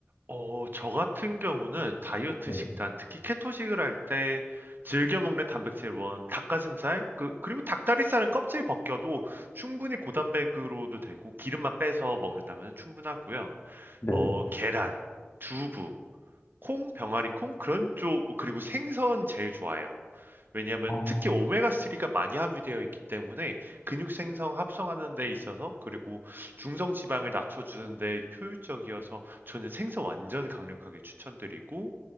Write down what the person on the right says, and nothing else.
어, 저 같은 경우는 다이어트
식단, 특히 케토식을 할 때 즐겨 먹는 단백질 원, 닭가슴살, 그, 그리고 닭다리살은 껍질 벗겨도 충분히 고단백으로도 되고 기름만 빼서 먹는다면 충분하고요.
어, 계란, 두부, 콩, 병아리 콩, 그런 쪽, 그리고 생선 제일 좋아요. 왜냐하면
특히 오메가3가 많이 함유되어 있기 때문에 근육 생성 합성하는 데 있어서 그리고 중성 지방을 낮춰주는 데 효율적이어서 저는 생선 완전 강력하게 추천드리고